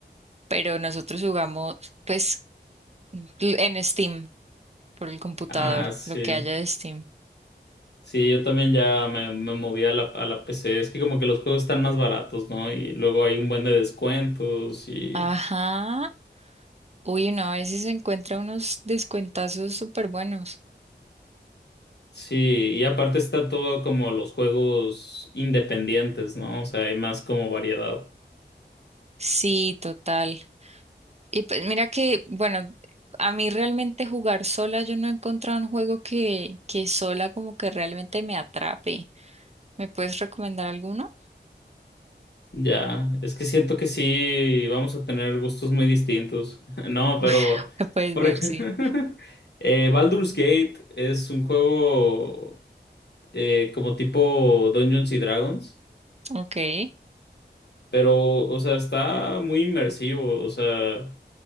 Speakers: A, on the right; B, on the left.
A: pero nosotros jugamos, pues, en Steam. por el computador,
B: Ah, sí.
A: lo que haya de Steam.
B: Sí, yo también ya me, me moví a la, a la PC. Es que como que los juegos están más baratos, ¿no? Y luego hay un buen de descuentos y...
A: Ajá. Uy, no, a veces se encuentra unos descuentazos súper buenos.
B: Sí, y aparte está todo como los juegos independientes, ¿no? O sea, hay más como variedad.
A: Sí, total. Y pues mira que, bueno, a mí realmente jugar sola, yo no he encontrado un juego que, que sola como que realmente me atrape. ¿Me puedes recomendar alguno?
B: Ya, es que siento que sí, vamos a tener gustos muy distintos. <laughs> No, pero,
A: <laughs> Me Puedes
B: por
A: ver,
B: ejemplo,
A: sí.
B: <laughs> eh, Baldur's Gate es un juego eh, como tipo Dungeons y Dragons.
A: Ok.
B: Pero, o sea, está muy inmersivo. O sea,